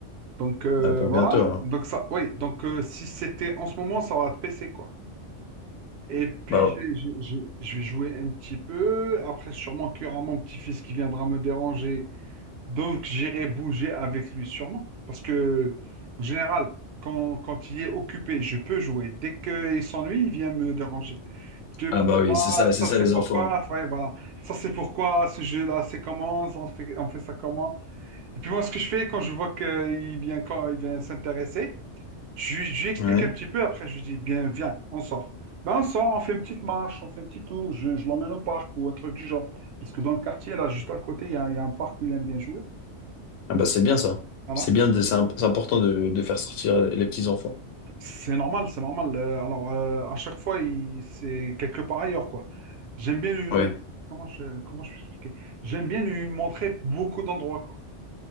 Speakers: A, on the right; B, on the left.
A: Donc, euh,
B: Bah, pour
A: voilà.
B: bientôt alors.
A: Donc, ça, oui. Donc, euh, si c'était en ce moment, ça va être PC, quoi. Et puis,
B: Bah,
A: j'ai- j'ai- j'ai- je vais jouer un petit peu. Après, sûrement qu'il y aura mon petit-fils qui viendra me déranger. Donc, j'irai bouger avec lui sûrement. Parce que, en général, quand, quand il est occupé, je peux jouer. Dès qu'il s'ennuie, il vient me déranger. Je peux
B: ah bah oui,
A: pas,
B: c'est ça, c'est
A: ça,
B: ça
A: c'est
B: les
A: pourquoi.
B: enfants.
A: ouais, voilà. Ça, c'est pourquoi ce jeu-là, c'est comment? On fait, on fait ça comment? Et puis moi, ce que je fais quand je vois qu'il vient, quand il vient s'intéresser, je, lui je lui explique
B: hein.
A: un
B: Ouais.
A: petit peu, après je lui dis, bien, viens, on sort. Ben, on sort, on fait une petite marche, on fait un petit tour, je, je l'emmène au parc ou un truc du genre. Parce que dans le quartier, là, juste à côté, il y a, il y a un parc où il aime bien jouer.
B: Ah bah c'est bien ça.
A: Voilà.
B: C'est bien, de- c'est imp- c'est important de, de faire sortir les petits enfants.
A: C'est normal, c'est normal. Euh, alors, euh, à chaque fois, il, c'est quelque part ailleurs, quoi. J'aime bien lui, le-
B: Ouais.
A: comment je, comment je peux expliquer? J'aime bien lui montrer beaucoup d'endroits, quoi.